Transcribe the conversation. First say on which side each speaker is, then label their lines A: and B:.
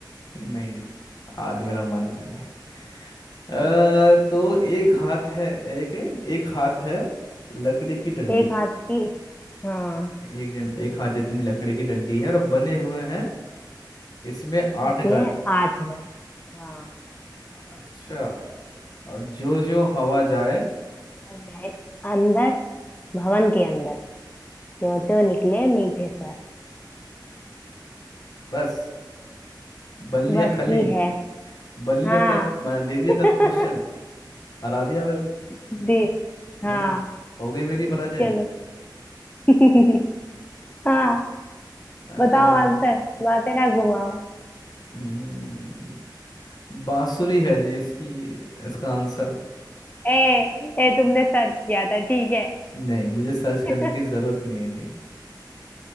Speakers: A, on the left; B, on the left.
A: नहीं जी, आज मेरा मन नहीं है अ, तो एक हाथ है एक है एक हाथ है लकड़ी की डंडी
B: एक हाथ की हाँ
A: एक डं- एक हाथ जितनी लकड़ी की डंडी है और बने हुए हैं इसमें आठ
B: उसमें
A: घर
B: आठ घर हाँ
A: अच्छा और जो जो हवा जाए
B: अंदर अंदर, भवन के अंदर त्यों त्यों निकले मीठे स्वर
A: बस बन लिया
B: बस
A: खली
B: ही है
A: बन लिया
B: हाँ
A: टफ दे दिया
B: <laughs>
A: टफ क्वेश्चन हरा दिया मेरे को,
B: दी
A: है
B: हाँ
A: ना हो गई मेरी पराजय
B: चलो <laughs> हाँ
A: अरे
B: बताओ आंसर बातें ना घुमाओ
A: हम्म, बांसुरी है जी इसकी इसका आंसर
B: ए, ए तुमने सर्च किया था ठीक है
A: नहीं मुझे सर्च करने
B: <laughs>
A: की जरूरत नहीं है जी